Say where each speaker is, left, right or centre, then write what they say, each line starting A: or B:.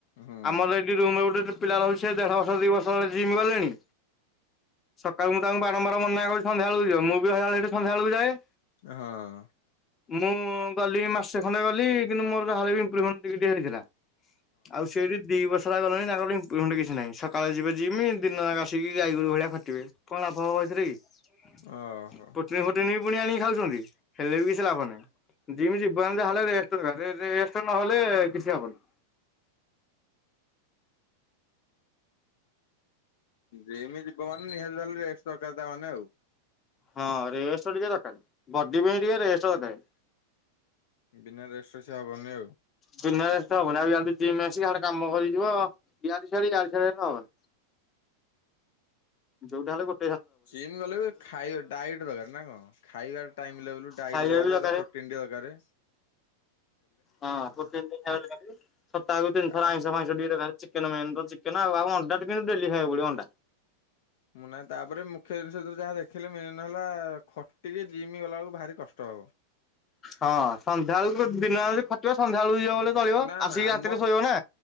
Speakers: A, on the left; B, on the left.
A: ହଁ।
B: ଆମର ଏଠି ରୁମ ଗୋଟେ ପିଲା ରହୁଛ ସେ ଦେଢ ବର୍ଷ ଦି ବର୍ଷ ହେ ଜିମ୍ ଗଲେଣି ସକାଳୁ ମୁଁ ତାଙ୍କୁ ବାରମ୍ବାର ମନା କରିଛି ସନ୍ଧ୍ୟା ବେଳକୁ ଯିବ ମୁଁ ବି ସଇାବେଳେ ସେି ସନ୍ଧ୍ୟା ବେଳକୁ ଯାଏ
A: ହଁ
B: ମୁଁ ଗଲି ମାସେ ଖଣ୍ଡେ ଗଲି କିନ୍ତୁ ମୋର ତାହେଲେ ବି ଇମ୍ପ୍ରୁଭମେଣ୍ଟ ଟିକେ ଟିକେ ହେଇଥିଲା ଆଉ ସେଠି ଦି ବର୍ଷ ହେ ଗଲେଣି ତାଙ୍କର ଏମ୍ପୁର ମେଣ୍ଟ କିଛି ନାହିଁ ସକାଳେ ଯିବେ ଯିମି ଦିନ ଆସ ଉଠିକି ଗାଈ ଗୋରୁ ଭଳିଆ ଖଟିବେ କଣ ଲାଭ ହବ ସେଥିରେ କି
A: ଓହୋ
B: ପୁଣି ହୋଟେଲ ବି ପୁଣି ଆଣିକି ଖାଉଛନ୍ତି ହେଲେ ବି କିଛି ଲାଭ ନାହିଁ ଜିମି ଯିବାନ ଯା ହେଲେ ରେଷ୍ଟ ଦରକାର ରେ ରେଷ୍ଟ ନହେଲେ କିଛି ହବନି
A: ଜିମି ଯିବ ମାନେ ନିହାତିହଲେ ରେଷ୍ଟ ଦରକାର ତା ମାନେ ଆଉ
B: ହଁ ରେଷ୍ଟ ଟିକେ ଦରକାରୀ ବଡି ପାଇଁ ଟିକେ ରେଷ୍ଟ ଦରକାରୀ
A: ବିନା ରେଷ୍ଟରେ୍ ସେ ହବନି ଆଉ
B: ବିନା ରେଷ୍ଟ ହବନ ଆଉ ଜିମ ଆସିକିଆଡେ କାମ କରିିବ ଯିବ ଇଆଡେ ସିଆଡେ ହେନେ ହବନି ଯୋଉଟା ହେଲେ ଗୋଟ
A: ସିମ ଗଲେ ବି ଖାଇ ଡାଇଟ୍ ଦରକାର ନା କଣ ଖାଇବା ଟାଇମ ଲେବୁଲ୍ ଡାଇଟ୍
B: ଖାଇବା
A: ଦରକାର
B: ବି ଦରକାରେ।
A: ତିଣ୍ଡି ଦରକାରେ
B: ହଁ ହୋଟେଲ୍ <unintelligible> ସପ୍ତାହକୁ ତିନି ଥର
A: ଆ
B: ଆଇସ ଫାଇଶ୍ ଚିକେନ ମେନ ତ ଚିକେନ ଆଉ ଆଉ ଅଣ୍ଡା କିନ୍ତୁ ଡେଲି ଖାଇବାକୁ ପଡିବ ଅଣ୍ଡା
A: ମୁଁ ନାହିଁ ତାପରେ ମୁଖ୍ୟ ଜିନିଷ ଯାହା ଦେଖିଲେ ମେନ୍ ହେଲା ଖଟିକି ଜିମ ଗଲାବେଳକୁ ଭାରି କଷ୍ଟ ହବ
B: ହଁ ସନ୍ଧ୍ୟା ବେଳକୁ ଦିନ ଖଟିବ ସନ୍ଧ୍ୟାବେଳକୁ ଯିବ ବଲେ ଚଳିବ
A: ନା
B: ଆସିକି
A: ନା ଆମ
B: ରାତିରେ ଶୋଇବ ନା